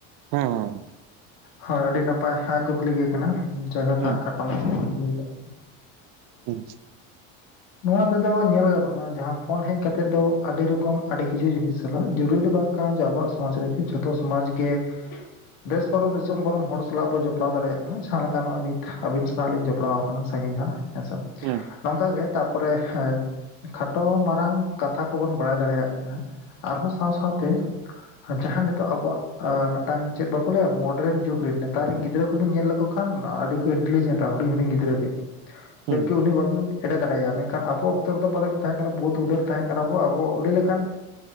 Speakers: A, on the right; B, on the left.
A: ᱦᱮᱸ
B: ᱦᱳᱭ ᱟᱹᱰᱤ ᱱᱟᱯᱟᱭ ᱦᱟᱸᱜ ᱠᱩᱠᱞᱤ ᱜᱮ ᱠᱟᱱᱟ ᱡᱟᱭᱦᱳᱠ
A: ᱦᱮᱸ
B: ᱦᱟᱸᱜ ᱠᱷᱟᱴᱚ ᱢᱟᱪ ᱞᱟᱹᱭ ᱠᱟᱜ
A: <unintelligible>
B: ᱱᱚᱣᱟ ᱛᱮᱫᱚ ᱧᱮᱞ ᱜᱟᱱᱚᱜᱼᱟ ᱡᱟᱦᱟᱸ ᱯᱷᱳᱱ ᱦᱮᱡ ᱠᱟᱛᱮᱜ ᱫᱚ ᱟᱹᱰᱤ ᱨᱚᱠᱚᱢ ᱟᱹᱰᱤ ᱠᱤᱪᱷᱩ ᱡᱤᱱᱤᱥ ᱪᱟᱞᱟᱜ ᱨᱩ ᱫᱚ ᱵᱟᱝ ᱠᱟᱱᱟ ᱡᱮ ᱟᱵᱚᱣᱟᱜ ᱥᱚᱢᱟᱡ ᱨᱮᱜᱮ ᱡᱷᱚᱛᱚ ᱥᱚᱢᱟᱡ ᱜᱮ ᱵᱮᱥ ᱯᱟᱨᱚᱢ ᱫᱤᱥᱚᱢ ᱵᱚᱨᱚᱢ ᱦᱚᱲ ᱥᱟᱞᱟᱜ ᱵᱚᱱ ᱡᱚᱯᱲᱟᱣ ᱫᱟᱲᱮᱭᱟᱜ ᱠᱟᱱᱟ ᱡᱟᱦᱟᱸ ᱞᱮᱠᱟ ᱱᱚᱜᱼᱚᱭ ᱱᱤᱛ ᱦᱟᱹᱵᱤᱡ ᱟᱹᱵᱤᱱ ᱥᱟᱞᱱᱟᱜ ᱞᱤᱧ ᱡᱚᱯᱲᱟᱣ ᱟᱠᱟᱱᱟ ᱥᱟᱺᱜᱤᱧ ᱦᱟᱸᱜ ᱦᱮᱸ ᱥᱮ
A: ᱦᱩᱸ
B: ᱱᱚᱝᱠ ᱜᱮ ᱛᱟᱨᱯᱚᱨᱮ ᱠᱷᱟᱴᱚ ᱢᱟᱨᱟᱝ ᱠᱟᱛᱷᱟ ᱠᱚᱵᱚᱱ ᱵᱟᱲᱟᱭ ᱫᱟᱲᱮᱭᱟᱜ ᱠᱟᱱᱟ ᱟᱨᱦᱚᱸ ᱥᱟᱶ ᱥᱟᱶᱛᱮ ᱡᱟᱦᱟᱸ ᱱᱤᱛᱚᱜ ᱟᱵᱚᱣᱟᱜ ᱢᱤᱫᱴᱟᱝ ᱪᱮᱫ ᱵᱟᱠᱚ ᱞᱟᱹᱭᱟ ᱢᱚᱰᱼᱼ ᱱᱮᱛᱟᱨ ᱨᱮᱱ ᱡᱩᱜᱽ ᱨᱮᱱ ᱱᱮᱛᱟᱨ ᱨᱮᱱ ᱜᱤᱫᱽᱨᱟᱹ ᱠᱚᱵᱤᱱ ᱧᱮᱞ ᱞᱮᱠᱚ ᱠᱷᱟᱱ ᱟᱹᱰᱤ ᱠᱚ ᱤᱱᱴᱮᱞᱤᱡᱮᱱᱴᱼᱟ ᱦᱩᱰᱤᱧ ᱦᱩᱰᱤᱧ ᱜᱤᱫᱽᱨᱟᱹ ᱜᱮ᱾ <unintelligible>
A: ᱦᱩᱸ
B: ᱮᱲᱮ ᱫᱟᱲᱮᱭᱟ ᱢᱮᱱᱠᱷᱟᱱ ᱟᱵᱚ ᱚᱠᱛᱚ ᱨᱮᱫᱚ ᱵᱟᱞᱮ ᱛᱟᱦᱮᱸ ᱠᱟᱱᱟ ᱵᱚᱦᱩᱛ ᱩᱫᱷᱟᱹᱨ ᱛᱟᱦᱮᱸ ᱠᱟᱱᱟ ᱵᱚ ᱟᱵᱚ ᱞᱟᱹᱭ ᱞᱮᱠᱷᱟᱱ